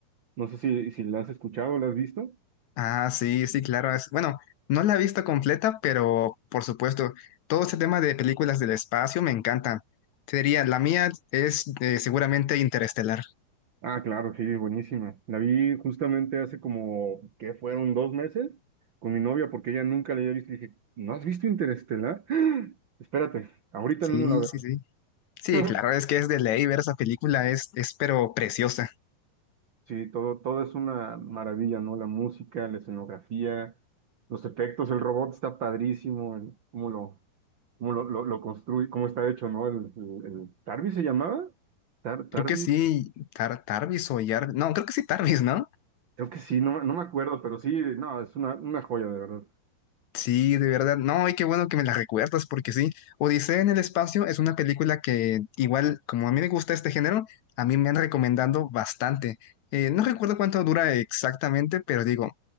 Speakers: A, on the right; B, on the left.
A: No sé si, si la has escuchado, la has visto.
B: Ah, sí, sí, claro. es- bueno, no la he visto completa, pero por supuesto, todo este tema de películas del espacio me encantan. Te diría, la mía es eh, seguramente Interestelar.
A: Ah, claro, sí, buenísima. La vi justamente hace como que fueron dos meses con mi novia porque ella nunca la había visto. y Dije, ¿no has visto Interestelar? <gasps> Espérate, ahorita
B: Sí,
A: mismo la
B: sí, sí.
A: veo.
B: Sí, claro, es
A: <laughs>
B: que es de ley ver esa película, es, es pero preciosa.
A: Sí, todo, todo es una maravilla, ¿no? La música, la escenografía, los efectos, el robot está padrísimo, el- cómo lo, cómo lo, lo, lo construye, cómo está hecho, ¿no? El, el, el- ¿Tarby se llamaba? Tar, Tarby,
B: Creo que sí, Tar Tarvis o Jarvis. No, creo que sí Tarvis, ¿no?
A: creo que sí, no, no me acuerdo, pero sí, no, es una, una joya, de verdad.
B: Sí, de verdad. No, y qué bueno que me la recuerdas, porque sí, Odisea en el espacio es una película que igual, como a mí me gusta este género, a mí me han recomendado bastante. Eh, no recuerdo cuánto dura exactamente, pero digo,